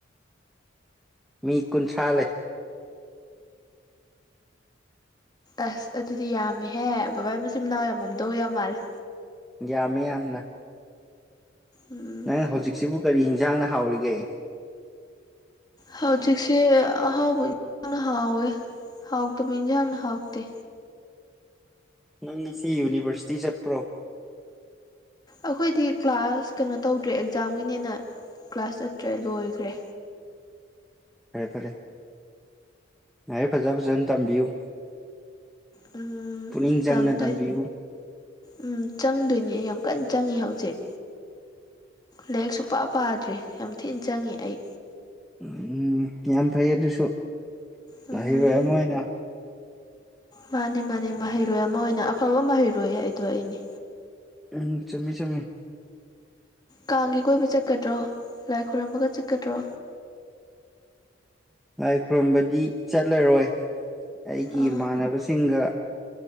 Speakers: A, in the centre; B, on the left.
A: ꯃꯤ ꯀꯨꯟꯊ꯭ꯔꯥ ꯂꯩ
B: ꯑꯁ ꯑꯗꯨꯗꯤ ꯌꯥꯝꯃꯦꯍꯦ ꯕꯕꯥ ꯃꯆꯤꯟ ꯃꯅꯥꯎ ꯌꯥꯝꯃꯝꯗꯧ ꯌꯥꯝ ꯃꯥꯜꯂꯦ꯫
A: ꯌꯥꯝꯃ‌ꯦ ꯌꯥꯝꯅ꯫
B: ꯎꯝ
A: ꯅꯪ ꯍꯧꯖꯤꯛꯁꯤꯕꯨ ꯀꯔꯤ ꯏꯟꯖꯥꯡꯅ ꯍꯥꯎꯔꯤꯒꯦ
B: ꯍꯧꯖꯤꯛꯁꯦ ꯑꯍꯥꯎꯕ ꯏꯟꯅ ꯍꯥꯎꯋꯦ ꯍꯥꯎꯇꯕ ꯏꯟꯖꯥꯟꯅ ꯍꯥꯎꯇꯦ
A: ꯅꯪ ꯉꯁꯤ ꯌꯨꯅꯤꯚꯔꯁꯤꯇꯤ ꯆꯠꯄ꯭ꯔꯣ
B: ꯑꯩꯈꯣꯏꯗꯤ ꯀ꯭ꯂꯥꯁ ꯀꯩꯅꯣ ꯇꯧꯗ꯭ꯔꯦ ꯑꯦꯛꯖꯥꯝꯒꯤꯅꯦꯅ ꯀ꯭ꯂꯥꯁ ꯆꯠꯇ꯭ꯔꯦ ꯂꯣꯏꯈ꯭ꯔꯦ
A: ꯐꯔꯦ ꯐꯔꯦ ꯂꯥꯏꯔꯤꯛ ꯐꯖꯟ ꯐꯖꯟ ꯇꯝꯕꯤꯌꯨ
B: ꯎꯝ
A: ꯄꯨꯛꯅꯤꯡ ꯆꯪꯅ
B: ꯇꯝꯗꯣꯏ
A: ꯇꯝꯕꯤꯌꯨ
B: ꯎꯝ ꯆꯪꯗꯣꯏꯅꯦ ꯌꯥꯝ ꯀꯟ ꯆꯪꯉꯤ ꯍꯧꯖꯤꯛ ꯂꯥꯏꯔꯤꯛ ꯁꯨꯄꯥ ꯄꯥꯗ꯭ꯔꯦ ꯌꯥꯝ ꯊꯤꯅ ꯆꯪꯉꯤ ꯑꯩ
A: ꯎꯝ ꯌꯥꯝ ꯐꯩ ꯑꯗꯨꯁꯨ
B: ꯎꯝ
A: ꯃꯍꯩꯔꯣꯏ ꯑꯃ ꯑꯣꯏꯅ
B: ꯃꯥꯅꯦ ꯃꯥꯅꯤ ꯃꯍꯩꯔꯣꯏ ꯑꯃ ꯑꯣꯏꯅ ꯑꯐꯕ ꯃꯍꯩꯔꯣꯏ ꯍꯥꯏꯗꯣ ꯑꯩꯅꯦ
A: ꯎꯝ ꯆꯨꯝꯃꯤ ꯆꯨꯝꯃꯤ
B: ꯀꯥꯡꯒꯤ ꯀꯣꯏꯕ ꯆꯠꯀꯗ꯭ꯔꯣ ꯂꯥꯏ ꯈꯣꯏꯔꯝꯕꯒ ꯆꯠꯀꯗ꯭ꯔꯣ
A: ꯂꯥꯏ ꯈꯨꯔꯨꯝꯕꯗꯤ ꯆꯠꯂꯔꯣꯏ ꯑꯩꯒꯤ
B: ꯑꯥ
A: ꯏꯃꯥꯟꯅꯕꯁꯤꯡꯒ